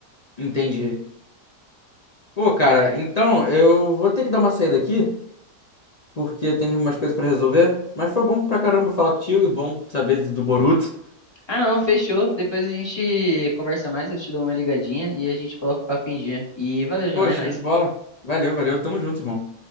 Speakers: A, on the left; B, on the left.
A: Entendi. Pô, cara, então eu vou ter que dar uma saída aqui, porque eu tenho umas coisas pra resolver. Mas foi bom pra caramba falar contigo, e bom saber do Boruto.
B: Ah, não, fechou. Depois a gente conversa mais, eu te dou uma ligadinha e a gente coloca o papo em dia. E valeu, João,
A: Pô,
B: é
A: show
B: nóis.
A: de bola. Valeu, valeu. Tamo junto, irmão.